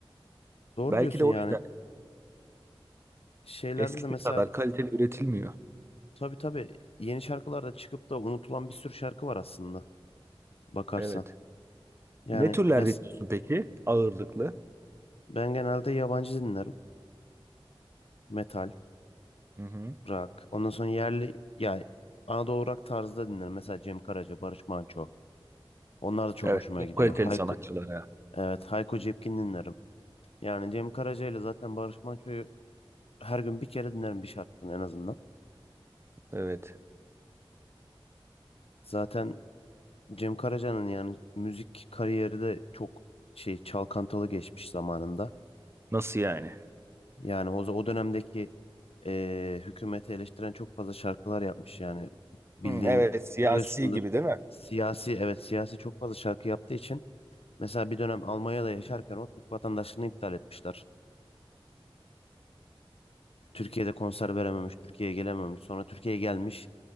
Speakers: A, on the left; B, on the right.
A: Doğru
B: Belki
A: diyorsun
B: de
A: yani.
B: o yüzden
A: Şeylerde
B: eskisi
A: de mesela
B: kadar kaliteli üretilmiyor.
A: tabii tabii yeni şarkılarda çıkıp da unutulan bir sürü şarkı var aslında bakarsan.
B: Evet.
A: Yani
B: Ne türler
A: mes
B: dinliyorsun peki? Ağırlıklı.
A: ben genelde yabancı dinlerim. Metal,
B: Hı hı.
A: rock. Ondan sonra yerli ya Anadolu rock tarzda dinlerim. Mesela Cem Karaca, Barış Manço. Onlar da çok
B: Evet.
A: hoşuma
B: Çok
A: gidiyor.
B: kaliteli
A: Hayko,
B: sanatçılara.
A: evet Hayko Cepkin dinlerim. Yani Cem Karaca ile zaten Barış Manço'yu her gün bir kere dinlerim bir şarkını en azından.
B: Evet.
A: Zaten Cem Karaca'nın yani müzik kariyeri de çok şey çalkantalı geçmiş zamanında.
B: Nasıl yani?
A: Yani o, o dönemdeki e, hükümeti eleştiren çok fazla şarkılar yapmış yani bildiğin
B: Hmm, evet siyasi
A: biliyorsundur
B: gibi değil mi?
A: siyasi evet siyasi çok fazla şarkı yaptığı için mesela bir dönem Almanya'da yaşarken o Türk vatandaşlığını iptal etmişler. Türkiye'de konser verememiş, Türkiye'ye gelememiş. Sonra Türkiye'ye gelmiş,